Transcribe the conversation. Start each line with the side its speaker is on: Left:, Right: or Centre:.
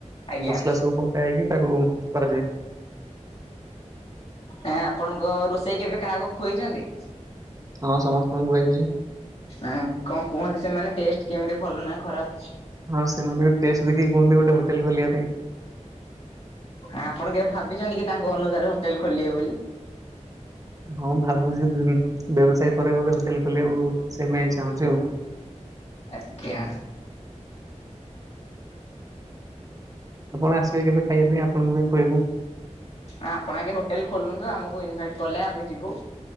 Left: ଆଜ୍ଞା
Right: ମସଲା ସବୁ ପକା ହେଇକି ତାକୁ କରାଯାଏ।
Left: ଆ ଆପଣଙ୍କ ରୋଷେଇ କେବେ କାହାକୁ ଖୁଏଇଛନ୍ତି?
Right: ହଁ ସମସ୍ତଙ୍କୁ ଖୁଆଇଛି।
Left: ଆଁ କଣ କୁହନ୍ତି ସେମାନେ ଟେଷ୍ଟ କେମିତି ଭଲ ନା ଖରାପ?
Right: ହଁ ସେମାନେ ବି ଟେଷ୍ଟ ଦେଖି କୁହନ୍ତି ଗୋଟେ ହୋଟେଲ ଖୋଲିବା ପାଇଁ।
Left: ଆପଣ କେବେ ଭାବିଛନ୍ତି କି ତାଙ୍କ ଅନୁସାରେ ହୋଟେଲ ଖୋଲିବେ ବୋଲି?
Right: ହଁ ଭାବୁଛି ଦେ ଵ୍ୟବସାୟ ପରେ ବୋଧେ ହୋଟେଲ ଖୋଲିବାକୁ ସେମାଇ ଚାହୁଁଚି ଆଉ।
Left: ଆଜ୍ଞା।
Right: ଆପଣ ଆସିବେ କେବେ ଖାଇବା ପାଇଁ ଆପଣଙ୍କୁ ବି ଖୁଏଇବୁ?
Left: ଆପଣ ଆଗେ ହୋଟେଲ ଖୋଲନ୍ତୁ ଆମକୁ ଇନଭାଇଟ କଲେ ଆମେ ଯିବୁ।